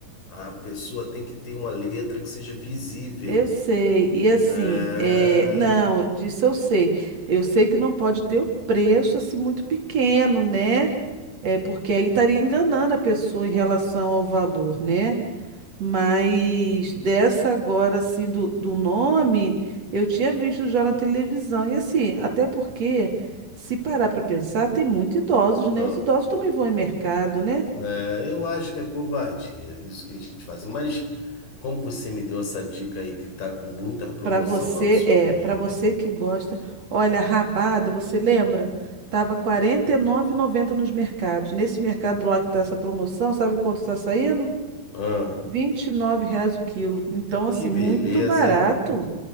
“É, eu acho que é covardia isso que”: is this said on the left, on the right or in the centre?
Left